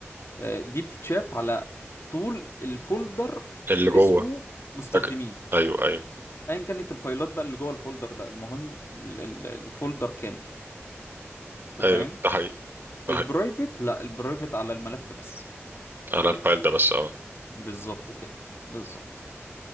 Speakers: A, on the left; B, on the right.
A: آه، دي بتتشاف على طول الفولدر
B: اللي
A: اللي
B: جوه
A: اسمه مستخدمين
B: لكن- أيوه أيوه
A: ايا كانت الفايلات بقى اللي جوه الفولدر ده المهم ال- ال- الفولدر كامل انت
B: أيوه
A: فاهم
B: ده حقيقي ده
A: البرايفت
B: حقيقي
A: لا البرايفت على الملف بس
B: على الفايل ده بس أه
A: بالظبط كده بالظبط